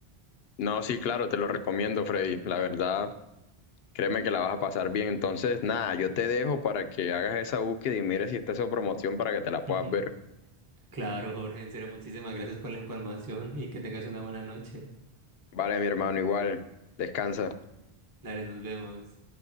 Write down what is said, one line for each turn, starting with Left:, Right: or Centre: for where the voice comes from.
Left: No, sí, claro, te lo recomiendo, Freddy, la verdad. Créeme que la vas a pasar bien. Entonces, nada, yo te dejo para que hagas esa búsqueda y mires si está esa promoción para que te la puedas
Right: <laughs>
Left: ver.
Right: Claro, Jorge, en serio, muchísimas gracias por la información y que tengas una buena noche.
Left: Vale, mi hermano, igual. Descansa.
Right: Dale, nos vemos.